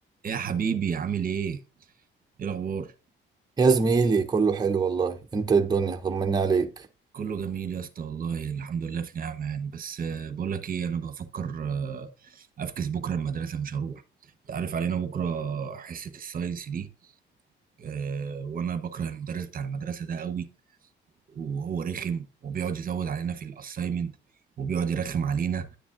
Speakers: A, on the right; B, on the right.
A: ايه يا حبيبي عامل ايه ايه الاخبار
B: يا زميلي كله حلو والله انت إيه الدنيا طمني عليك
A: كله جميل يا اسطى والله الحمد لله في نعمه يعني بس آه، بقول لك ايه انا بفكر آه، افكس بكره المدرسه مش هروح انت عارف علينا بكره حصه الساينس دي آه، وانا بكره المدرس بتاع المدرسه ده قوي وهو رخم وبيقعد يزود علينا في الاساينمنت وبيقعد يرخم علينا